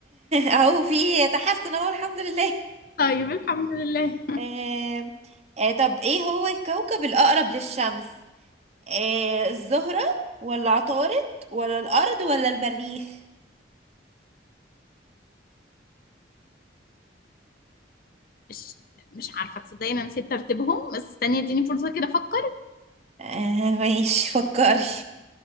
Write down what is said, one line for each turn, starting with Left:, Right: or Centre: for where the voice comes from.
Right: اهو في تحسن اهو الحمد لله
Left: <laughs> طيب الحمد لله
Right: آه، آه، طب ايه هو الكوكب الأقرب للشمس آه، الزهرة ولا عطارد ولا الأرض ولا المريخ
Left: مش مش عارفة تصدقيني انا نسيت ترتيبهم بس استني اديني فرصة كده افكر
Right: آه، <laughs> ماشي فكري